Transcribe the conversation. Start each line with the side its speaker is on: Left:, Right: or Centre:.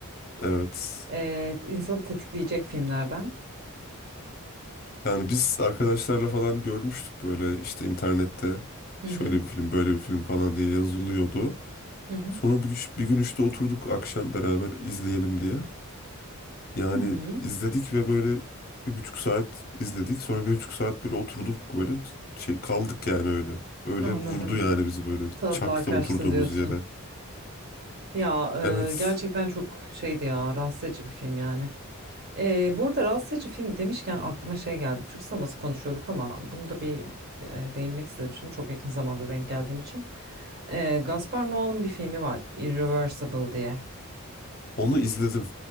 Left: Evet.
Right: Ee, insanı tetikleyecek filmlerden.
Left: Yani biz arkadaşlarla falan görmüştük böyle işte internette
Right: Hı hı.
Left: şöyle bir film böyle bir film falan diye yazılıyordu.
Right: Hı hı.
Left: Sonra bir, gün- bir gün işte oturduk akşam beraber izleyelim diye. Yani
Right: Hı hı,
Left: izledik ve böyle bir buçuk saat izledik. Sonra bir buçuk saat böyle oturduk böyle şey kaldık yani öyle. Öyle
Right: anladım.
Left: vurdu yani bizi böyle
Right: Tadılar
Left: çakta
Right: kaçtı
Left: oturduğumuz
Right: diyorsun.
Left: yere.
Right: Ya
Left: Evet.
Right: e, gerçekten çok şeydi ya rahatsız edici bir film yani. E, bu arada rahatsız edici film demişken aklıma şey geldi. Türk sineması konuşuyorduk ama bunu da bir e, değinmek istedim şimdi çok yakın zamanda denk geldiğim için. E, Gaspar Noé'nin bir filmi var Irreversible diye.
Left: Onu izledim.